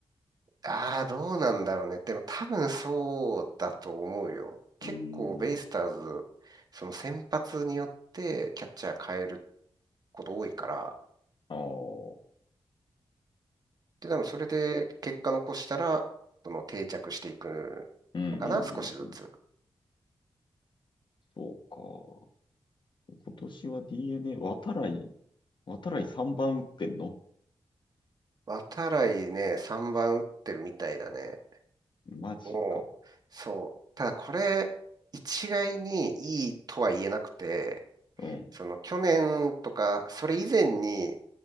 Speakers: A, on the right (about 45°); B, on the left (about 60°).
A: ああ、どうなんだろうね。でも多分そうだと思うよ。結構ベイスターズ、
B: うーん。
A: その先発によってキャッチャー変えること多いから、
B: ああ、そ
A: で、多分それで結果残したら、
B: う。
A: その定着していくのかな、
B: うんうんうんうん。
A: 少しずつ。
B: そうか。今年は DNA、渡来、渡来3番打ってんの
A: 渡来ね、3番打ってるみたいだね。
B: マジか。
A: もう、そう。ただこれ、一概にいいとは言えなくて、
B: うん。
A: その去年とか、それ以前に